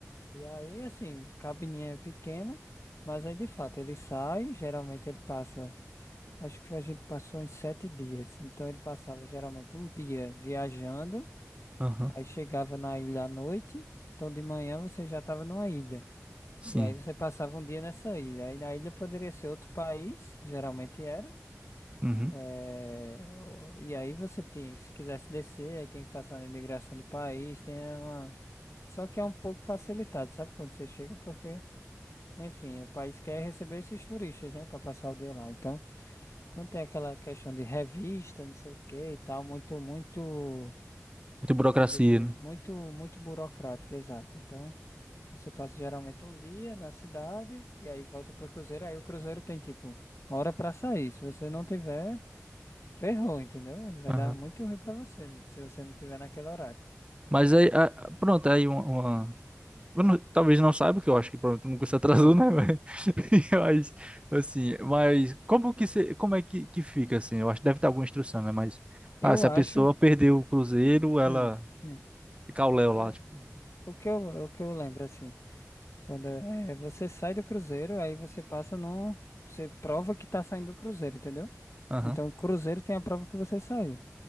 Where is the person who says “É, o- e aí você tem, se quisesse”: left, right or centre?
Left